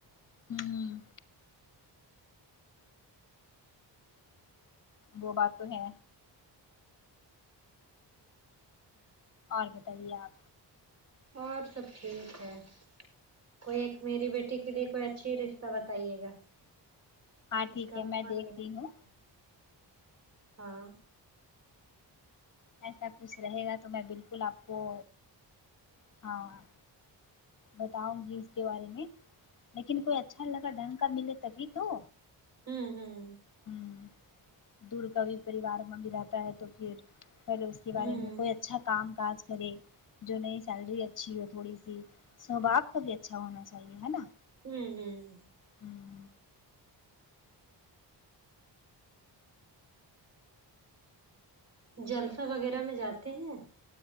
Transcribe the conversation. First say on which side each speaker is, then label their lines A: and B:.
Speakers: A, on the left; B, on the right.
A: ہوں ہوں، وہ بات تو ہے اور بتائیے آپ
B: اور سب ٹھیک ہے کوئی ایک میری بیٹی کے لیے کوئی اچھی رشتہ بتائیے گا
A: ہاں
B: اسکا
A: ٹھیک ہے میں
B: <unintelligible>
A: دیکھتی ہوں
B: ہاں
A: ایسا کچھ رہے گا تو میں بالکل آپ کو ہاں بتاؤں گی اس کے بارے میں لیکن کوئی اچھا لگا ڈھنگ کا ملے تبھی تو
B: ہممم ہمم
A: ھمم دور کا بھی پریوار میں بھی رہتا ہے تو پھر پر اس کے
B: ہوں
A: بارے میں کوئی اچھا کام کاج کرے جو نہیں سیلری اچھی ہو تھوڑی سی سوبہاو کا بھی اچھا ہونا چاہیے ہے نا
B: ہمم ہمم
A: ھمم
B: جلسہ وغیرہ میں جاتے ہیں